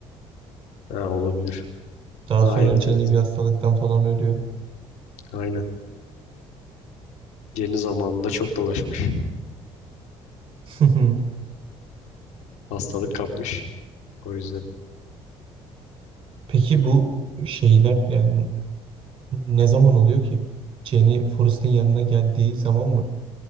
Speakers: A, on the left (about 85°); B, on the right (about 45°).
A: Ha, olabilir.
B: Daha
A: Ha
B: sonra
A: evet
B: Jenny
A: evet.
B: bir hastalıktan falan ölüyor.
A: Aynen. Jenny zamanında çok dolaşmış.
B: <laughs>
A: Hastalık kapmış. O yüzden.
B: Peki bu şeyler yani ne zaman oluyor ki? Jenny Forrest'ın yanına geldiği zaman mı